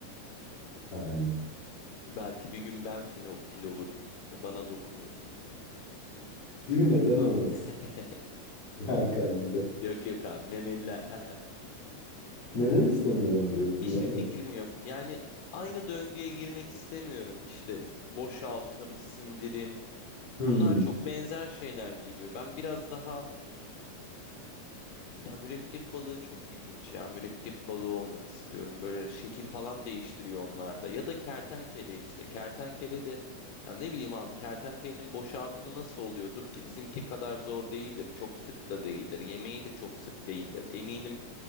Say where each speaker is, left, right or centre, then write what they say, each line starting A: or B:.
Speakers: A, on the left (about 50°); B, on the left (about 80°).
A: Yani.
B: İşte belki bir gün ben fil, ol- fil olurum ve bana dokunursun.
A: Değil mi? Neden olmaz?
B: <laughs>
A: Hakan <laughs> neden?
B: Yok yok abi memeliler. Aa.
A: Neden istemiyorum diyorsun
B: Hiçbir
A: ya?
B: fikrim yok. Yani aynı döngüye girmek istemiyorum. İşte boşaltım, sindirim.
A: Hmm.
B: Bunlar çok benzer şeyler geliyor. Ben biraz daha ya mürekkep balığı çok ilginç ya. Mürekkep balığı olmak istiyorum. Böyle şekil falan değiştiriyor onlarda. Ya da kertenkele işte. Kertenkele de ya ne bileyim abi kertenkelenin boşaltımı nasıl oluyordur ki? Bizimki kadar zor değildir. Çok sık da değildir. Yemeği de çok sık değildir. Eminim